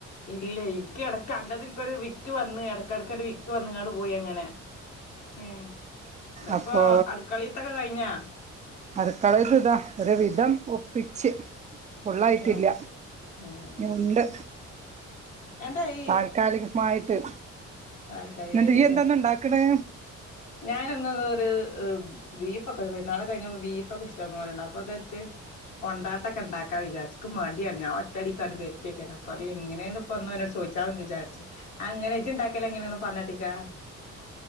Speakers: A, on the left; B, on the right.
A: ഇല്ലേയ് എനിക്ക് ഇടയ്ക്ക് അൻ്റത് എനിക്കൊരു വിക്ക് വന്ന് ഇടയ്ക്കിടയ്ക്കൊ ഒരു വി ക്ക്‌ വന്നങ്ങാണ്ട് പോയി അങ്ങനെ ഏ ഇന്ന്പ്പോ
B: അപ്പോ
A: അടുക്കളീത്തൊക്കെ കഴിഞ്ഞോ
B: അടുകളിത്തെതാ ഒരുവിധം ഒപ്പിച്ച് ഫുള്ളായിട്ടില്ല
A: ഉം ഉം
B: ഇനി ഉണ്ട്
A: എന്റെ ഈ
B: താൽക്കാലിക മായിട്ട്
A: താൽക്കാലികായിട്ടുള്ള
B: എന്നിട്ട് നീയ്യെന്താന്ന്ണ്ടാക്കണ്
A: ഞാനന്നൊരു ഒരു ബീഫ്ക്കെ പെര്ന്നാളൊക്കെ കഴിഞ്ഞപ്പോ ബീഫൊക്കെ ഇഷ്ടം പോലണ്ട് അപ്പൊ അതേറ്റ് കൊണ്ടാട്ടൊക്കെ ണ്ടാക്കാ വിചാരിച്ച് ക്ക്മടിയാണ് ഞൻ ഒറ്റടിക്കാണ്ട് വരിട്ടി വെക്കാലാണ് അപ്പൊ അത് എങ്ങനെയന്ന് ഇപ്പൊന്നും എന്നോട് ചോയ്ചാ ചാരിച്ച് അങ്ങനെജി ഉണ്ടാക്കലങ്ങനെ ന്ന് പറഞ്ഞാട്ടിക്കാ